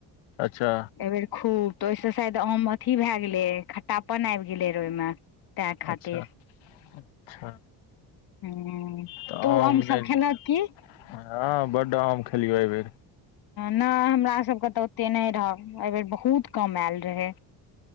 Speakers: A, on the left (about 90°); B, on the left (about 55°).
A: अच्छा
B: एहिबेर खूब तऽ ओहिसँ शायद आम अथी भए गेलै खट्टापन आबि गेलै रहऽ ओहिमे ताहि खातिर
A: अच्छा अच्छा
B: हू
A: तऽ
B: उ आम
A: नहि
B: सब खेलक
A: नीक
B: की
A: हँ बड आम खेलियौ एहिबेर
B: नहि हमरा सभके तऽ ओतेक नहि रहय एहिबेर बहुत कम आयल रहै